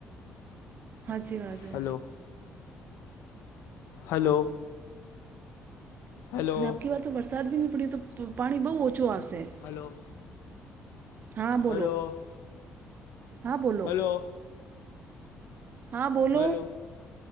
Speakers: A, on the right; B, on the left.
A: હાજી વાત હે
B: હલો હલો હલો
A: અનેખી વાર તો વરસાદ બી નહીં પડ્યો તો પાણી બહુ ઓછું આવશે
B: હલો
A: હા બોલો
B: હલો
A: હા બોલો
B: હલો
A: હા બોલો
B: હલો